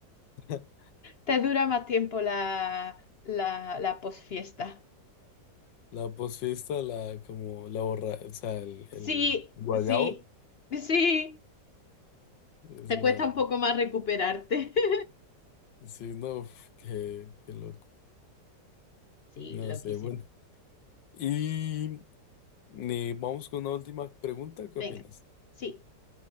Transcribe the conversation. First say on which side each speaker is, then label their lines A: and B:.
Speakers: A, on the left (about 80°); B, on the left (about 50°).
A: <laughs>
B: Te dura más tiempo la, la, la posfiesta.
A: La posfiesta, la como la borra, o sea, el,
B: Sí,
A: el guayabo,
B: sí, sí,
A: es
B: te
A: una,
B: cuesta un poco más recuperarte. <laughs>
A: sí, no, uf, qué, qué loco.
B: Sí,
A: No
B: loquísimo.
A: sé, bueno. Y ni- vamos con una última pregunta, ¿qué
B: Venga,
A: opinas?
B: sí.